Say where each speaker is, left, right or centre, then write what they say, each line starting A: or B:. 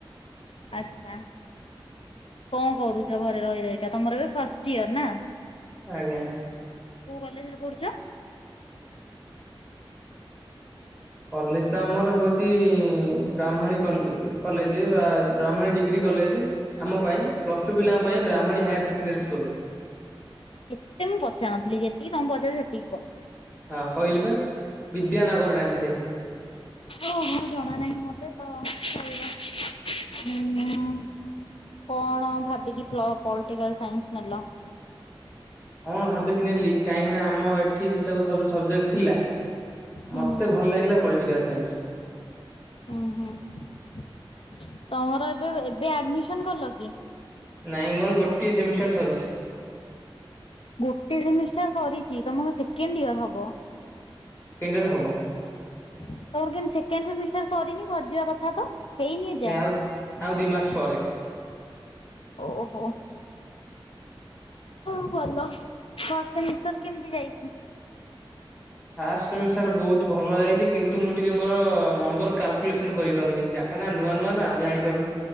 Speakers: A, on the left; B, on the left.
A: ଆଚ୍ଛା। କଣ କରୁଛ ଘରେ ରହି ରହିକା ତମର ଏବେ ଫାଷ୍ଟ ଇୟର ନା?
B: ଆଜ୍ଞା।
A: କଉ କଲେଜ୍ ରେ ପଢ଼ୁଛ?
B: କଲେଜ୍ ତ ଆମର ହଉଛି ବ୍ରାହ୍ମଣୀ କଲ କଲେଜ ବା ବ୍ରାହ୍ମଣୀ ଡିଗ୍ରୀ କଲେଜ। ଆମ ପାଇଁ ପ୍ଲସ୍ ଟୁ ପିଲାଙ୍କ ପାଇଁ ବ୍ରାହ୍ମଣୀ ହାୟର ସେକେଣ୍ଡାରୀ ସ୍କୁଲ।
A: ଏତେ ମୁଁ ପଚାରୁନଥିଲି ଯେତିକି ତମକୁ ପଚାରୁଚି ସେତିକି କୁହ।
B: ହଁ କହିଲି ବା ବିଦ୍ୟାନଗର ଡାଣ୍ଡି ସାହି।
A: ଓହୋ ଜଣା ନାହିଁ ମତେ ତ ଚଳିବ।
B: <inaudible>
A: ହୁଁ କଣ ଭାବିକି ପ୍ଲ ପଲିଟିକାଲ୍ ସାଇନ୍ସ ନେଲ?
B: କଣ ଭାବିକି ନେଲି କାହିଁକି ନା ଆମ ଏଠି ଯେତେକ ସବଜେକ୍ଟ ଥିଲା
A: ହୁଁ।
B: ମତେ ଭଲ ଲାଗିଲା ପଲିଟିକାଲ ସାଇନ୍ସ।
A: ହୁଁ ହୁଁ ତମର ଏବେ ଏବେ ଆଡମିସନ୍ କଲ କି?
B: ନାଇଁ ମୋର ଗୋଟିଏ ସେମିଷ୍ଟାର ସରିଛି।
A: ଗୋଟେ ସେମିଷ୍ଟାର ସରିଛି ତମ କଣ ସେକେଣ୍ଡ ଇୟର ହବ?
B: ସେକେଣ୍ଡ ୟେର ହବ।
A: ତମର କେମିତି ସେକେଣ୍ଡ ସେମିଷ୍ଟାର ସରିନି ସରିଯିବା କଥା ତ? ହେଇନି ଏଯାଏଁ।
B: ଏ ଆଉ ଆଉ ଦି ମାସ ପରେ।
A: ଓହୋ। ହଉ ଭଲ ଫାର୍ଷ୍ଟ ସେମିଷ୍ଟାର୍ କେମିତି ଯାଇଛି?
B: ଫାଷ୍ଟ ସେମିଷ୍ଟାର ବହୁତ ଭଲ ହେଇଛି। କିନ୍ତୁ ମୁଁ ଟିକେ ମୋର ନମ୍ବର କାଲକୁଲେସନ କରିପାରୁନି ଯା। ନା ନା ନୂଆ ନୂଆ ତ ଆମେ ଜାଣିପାରୁନୁ।